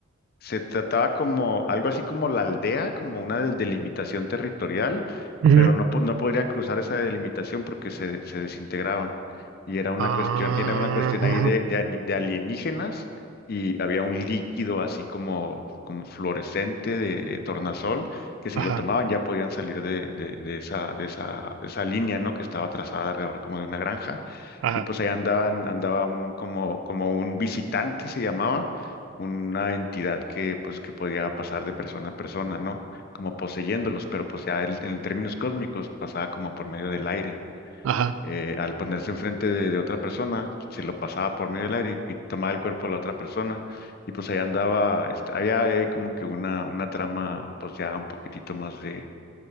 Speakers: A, on the left; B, on the right.
A: se trataba como algo así como la aldea, como una del- delimitación territorial,
B: Ujú.
A: pero no, po- no podrían cruzar esa delimitación porque se, se desintegraban. Y era una
B: Ah,
A: cuestión, era una cuestión ahí de, de, ani- de alienígenas y había un líquido así como, como fluorescente de tornasol que si
B: ajá,
A: lo tomaban ya podían salir de, de, de esa, de esa, de esa línea, ¿no? que estaba trazada alrededor como de una granja.
B: ajá,
A: Y pues ahí andaban, andaba un, como, como un visitante se llamaba una entidad que pues que podía pasar de persona a persona, ¿no? Como poseyéndolos, pero pues ya él, en términos cósmicos pasaba como por medio del aire.
B: ajá.
A: Eh, al ponerse enfrente de, de otra persona, se lo pasaba por medio del aire y, y tomaba el cuerpo de la otra persona y pues ahí andaba, este, había eh, como que una, una trama pues ya un poquitito más de,